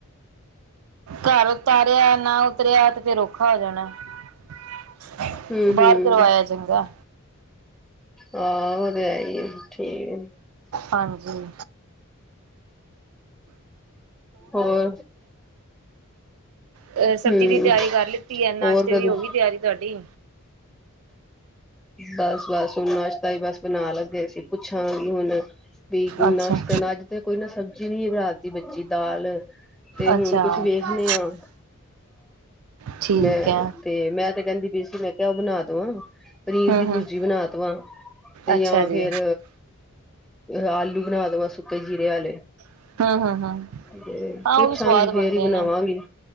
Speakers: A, on the right; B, in the centre.
A: ਘਰ ਉਤਾਰਿਆ ਨਾ ਉਤਰਿਆ ਐ ਤੇ ਫੇਰ ਔਖਾ ਹੋ ਜਾਣਾ ਫੇਰ।
B: ਹਮ।
A: ਬਾਹਰ
B: ਹਮ
A: ਕਰਵਾਇਆ ਚੰਗਾ।
B: ਹਾਂ ਉਹ ਤੇ ਹੈ ਹੀ ਏ ਠੀਕ
A: ਹਾਂਜੀ
B: ਹੋਰ।
A: ਅ ਸਬਜ਼ੀ
B: ਹਮ
A: ਦੀ ਤਿਆਰੀ ਕਰ ਲਿੱਤੀ।
B: ਹੋਰ
A: ਤ <unintelligible>
B: ਕਦੋਂ
A: ਵੀ ਹੋ ਗਈ ਤਿਆਰੀ ਤੁਹਾਡੀ।
B: ਬਸ ਬਸ ਹੁਣ ਨਾਸ਼ਤਾ ਵੀ ਬਸ ਬਣਾ ਲੱਗੇ ਸੀ। ਪੁੱਛਾਂ ਗੀ ਹੁਣ। ਬੀ
A: ਅੱਛਾ
B: ਨਾਸ਼ਤੇ ਨਾ ਅੱਜ ਤੇ ਕੋਈ ਨਾ ਸਬਜ਼ੀ ਰਾਤ ਦੀ ਬੱਚੀ ਦਾਲ ਤੇ
A: ਅੱਛਾ
B: ਹੁਣ ਕੁਛ ਵੇਖ ਨੇ ਆ।
A: ਠੀਕ
B: ਮੈਂ
A: ਹੈ
B: ਤੇ ਮੈਂ ਤੇ ਕਹਿੰਦੀ ਪਈ ਸੀ ਮੈਂ ਕਿਹਾ ਉਹ ਬਣਾ ਦਵਾ। ਪਨੀਰ
A: ਹੂੰ
B: ਦੀ
A: ਹੂੰ
B: ਪੁਰਜੀ ਬਣਾ ਦਵਾ ਤੇ
A: ਅੱਛਾ
B: ਜਾਂ
A: ਜੀ
B: ਫੇਰ ਆਲੂ ਬਣਾ ਦਵਾਂ ਸੁੱਕੇ ਜੀਰੇ ਆਲੇ।
A: ਹੂੰ ਹੂੰ ਹੂੰ
B: ਤੇ
A: ਹਾਂ
B: ਪੁੱਛਾਂਗੀ
A: ਉਹ ਵੀ ਸਵਾਦ
B: ਫੇਰ
A: ਬਣਦੇ
B: ਹੀ ਬਣਾਵਾਂਗੀ।
A: ਨੇ